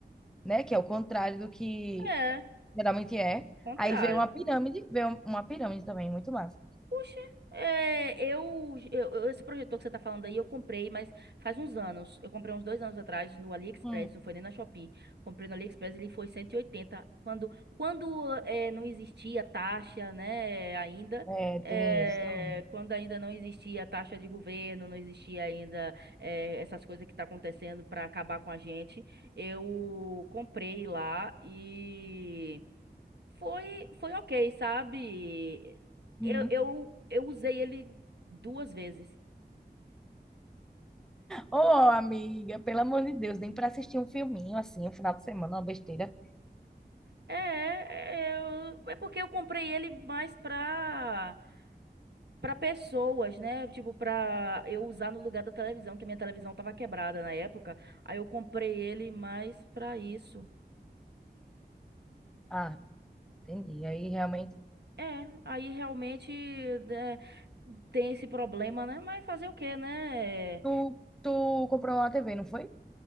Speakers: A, in the centre; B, on the right.
A: né? Que é o contrário do que
B: É,
A: geralmente é.
B: contrário.
A: Aí veio uma pirâmide, veio uma pirâmide também, muito massa.
B: Poxa, é, eu, eu- eu- esse projetor que você tá falando aí, eu comprei, mas faz uns anos. Eu comprei uns dois anos atrás no AliExpress,
A: Hum.
B: não foi nem na Shopee. Comprei no AliExpress, ele foi cento e oitenta Quando, quando é, não existia taxa, né, ainda,
A: É, tem
B: é,
A: isso também.
B: quando ainda não existia taxa de governo, não existia ainda é, essas coisas que tá acontecendo para acabar com a gente, eu comprei lá e... Foi, foi ok, sabe?
A: Uhum.
B: Eu, eu, eu usei ele duas vezes.
A: Ô, amiga, pelo amor de Deus, nem para assistir um filminho assim, um final de semana, uma besteira.
B: É, é, eu- é porque eu comprei ele mais pra, pra pessoas, né? Tipo, pra eu usar no lugar da televisão, que a minha televisão tava quebrada na época. Aí eu comprei ele mais pra isso.
A: Ah, entendi. Aí realmente.
B: É, aí realmente né, tem esse problema, né? Mas fazer o quê, né?
A: Tu, tu comprou uma TV, não foi?